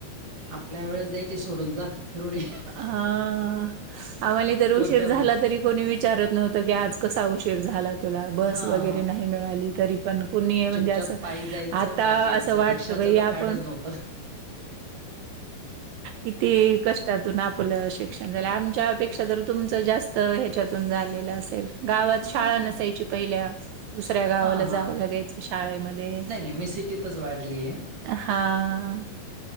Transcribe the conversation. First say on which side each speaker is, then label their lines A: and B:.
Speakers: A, on the right (about 45°); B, on the right (about 80°).
A: आपल्यां वेळेसं द्यांयचे सोडूंन जां फिरूंनीश ये.
B: हां आम्हांले तरं
A: कोणत्या
B: उशीर झालां
A: म
B: तरी. कोणी विचारतं नव्हतं आंज कसां उशीर झांला. तुलां बसं
A: हा
B: वगैरें नाहीं मिळाली तरी पणं कुंणी म्हणजे
A: चुपचाप
B: असं
A: पायी जायचं
B: आंता
A: पायी यायचं
B: असं वांट.
A: रिक्षाच
B: तं बाई
A: तर
B: हो आपणं
A: फॅडच नव्हतं.
B: किती कंष्ट. त्यांतून आपलं शिक्षणं झालं आमच्यांपेक्षा जरं तुमचं जास्तं ह्यांच्यातूंन झालेलं असेल. गावांत
A: हा
B: शाळां
A: हा
B: नसायची पहिल्या दुसऱ्यां गावांला
A: हा हा.
B: जावं लागायचं. शाळेमध्यें
A: नाही नाही मी सिटीतच वाढलीय
B: हां.